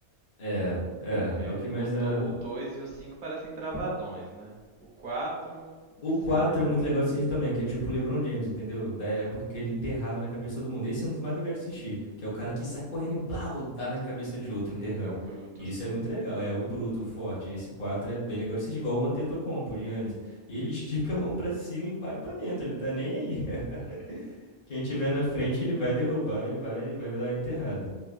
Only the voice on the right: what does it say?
Porque
o, do,
o 2 e o 5 parecem travadões, né? O 4, não
sei.
Uhum,
é o bruto,
assim,
né?
Uhum.